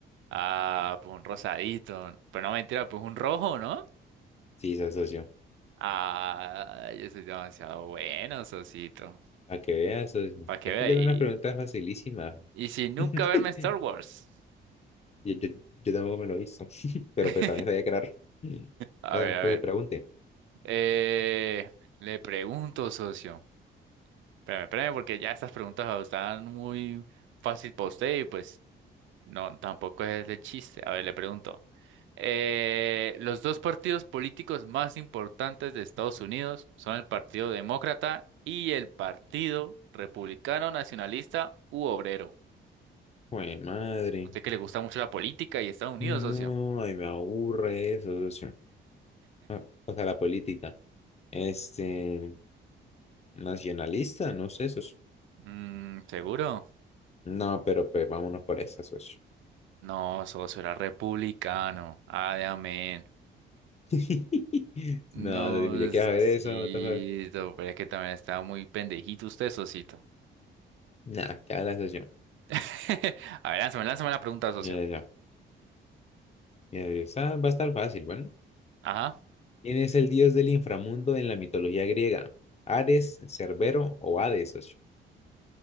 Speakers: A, on the right; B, on the left.
A: Ah, pues un rosadito. Pero no mentira, pues un rojo, ¿no?
B: Sí, so- socio.
A: Ah, yo soy demasiado bueno, socito.
B: Para que veas, socio.
A: Para que
B: Es
A: vea.
B: que yo le hago una pregunta facilísima.
A: Y sin nunca
B: <laughs>
A: verme en Star Wars.
B: Yo, yo, yo tampoco me lo hizo, <laughs> pero
A: <laughs>
B: pues también sabía que era... rojo.
A: A
B: Ah,
A: ver, a
B: Pues
A: ver.
B: pregunte.
A: Eh, le pregunto, socio. Espérame, espérame, porque ya estas preguntas ah, están muy fácil para usted y pues no, tampoco es de chiste. A ver, le pregunto. Eh, los dos partidos políticos más importantes de Estados Unidos son el Partido Demócrata y el Partido Republicano Nacionalista u Obrero.
B: Jue madre.
A: Usted que le gusta mucho la política y Estados Unidos,
B: No,
A: socio.
B: ay, me aburre eso, socio. Ah, O sea, la política. Este, nacionalista, no sé, eso
A: Mm, ¿seguro?
B: No, pero pues vámonos por esa, socio.
A: No, socio, era republicano. Ay, amén.
B: <laughs>
A: No,
B: No, yo yo quiero
A: socito,
B: ver eso, what the fuck.
A: pero es que también estaba muy pendejito usted, socito.
B: Nah, que la socio.
A: <laughs> A ver, lánzame, lánzame la pregunta, socio.
B: Mira yo, mira yo. Esa va a estar fácil, bueno.
A: Ajá.
B: ¿Quién es el dios del inframundo en la mitología griega? ¿Ares, Cerbero o Hades, socio?